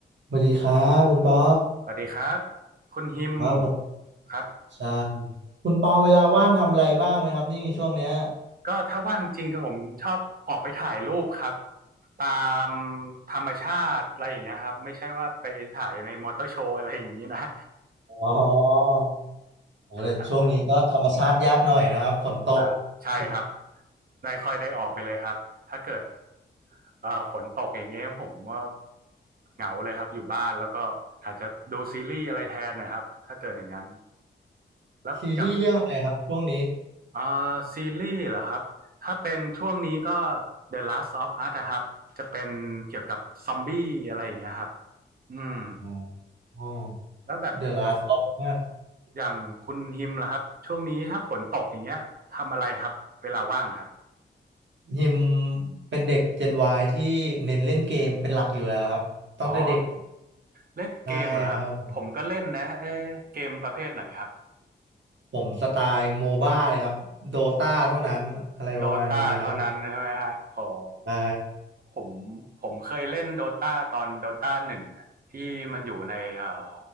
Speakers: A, on the right; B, on the right.
A: สวัสดีครับคุณปอ
B: สวัสดีครับคุณฮิม
A: ครับผม
B: ครับ
A: ใช่คุณปอเวลาว่างทำอะไรบ้างไหมครับนี่ช่วงเนี้ย
B: ก็ถ้าว่างจริงก็ผมชอบออกไปถ่ายรูปครับตามธรรมชาติอะไรอย่างเงี้ยครับไม่ใช่ว่าไปถ่ายในมอเตอร์โชว์อะไรอย่างงี้นะ <laughs>
A: อ๋อโอ้แต่ช่วงนี้ก็ธรรมชาติยากหน่อยนะครับฝนตก
B: อ่ะอ่ะใช่ครับ
A: ทุก
B: ไม่ค่อยได้ออกไปเลยครับถ้าเกิดเอ่อฝนตกอย่างเงี้ยผมก็เหงาเลยครับอยู่บ้านแล้วก็อาจจะดูซีรีส์อะไรแทนนะครับถ้าเกิดอย่างนั้นแล้วอย่าง
A: ซีรีส์เรื่องอะไรครับช่วงนี้
B: อ่าซีรีส์เหรอครับถ้าเป็นช่วงนี้ก็ The Last of Us นะครับจะเป็นเกี่ยวกับซอมบี้อะไรอย่างเงี้ยครับอืม
A: อ๋ออ๋อ
B: แล้วแบบ
A: The Last of Us
B: อย่างคุณฮิมล่ะครับช่วงนี้ถ้าฝนตกอย่างเงี้ยทำอะไรครับเวลาว่างครับ
A: ฮิมเป็นเด็ก Gen Y ที่เน้นเล่นเกมเป็นหลักอยู่แล้วครับตั้งแต่เด็ก
B: อ๋อเล่นเกมเหรอครับผมก็เล่นนะเอ๊ะเกมประเภทไหนครับ
A: ใช่ครับผมสไตล์โมบ้าเลยครับโดตาเท่านั้นอะไรประมาณนี้ครับ
B: โดตาเท่านั้นใช่ไหมฮะขอ
A: ได้
B: ผมผมเคยเล่นโดตาตอนโดตาหนึ่งอะที่มันอยู่ในเอ่อ